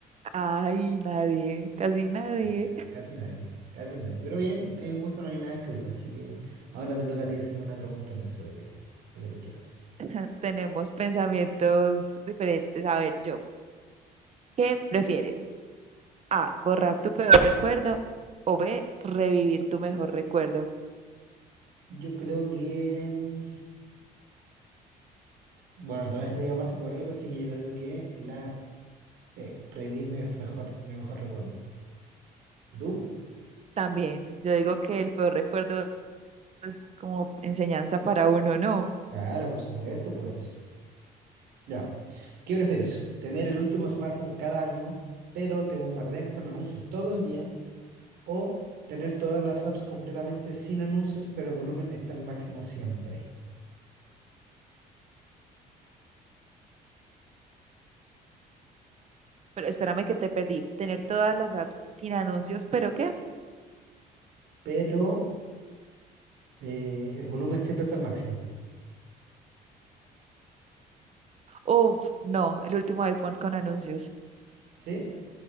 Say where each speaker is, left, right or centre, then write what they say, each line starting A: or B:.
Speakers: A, on the right (about 40°); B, on the right (about 70°).
A: Ay, nadie, casi nadie.
B: O sea, Casi nadie, casi nadie. Pero bien, en gusto no hay nada escrito, así que ahora te toca a ti hacerme una pregunta a mí sobre lo que tú quieras.
A: <laughs> Tenemos pensamientos diferentes. A ver, yo, ¿qué prefieres? A, borrar tu peor recuerdo o B, revivir tu mejor recuerdo.
B: Yo creo que, mm, bueno, toda esta vida pasa por algo, así que yo creo que la P, revivir mi mejor, mi mejor recuerdo. ¿Y tú?
A: También, yo digo que el peor recuerdo es como enseñanza para uno, ¿no?
B: Claro, por supuesto, pues. Ya. ¿Qué prefieres? ¿Tener el último smartphone cada año, pero te bombardean con anuncios todo el día? ¿O tener todas las apps completamente sin anuncios, pero el volumen está al máximo siempre?
A: Pero espérame que te perdí. Tener todas las apps sin anuncios, ¿pero qué?
B: Pero eh, el volumen siempre está al máximo.
A: Uf, no, el último iPhone con anuncios.
B: ¿Sí?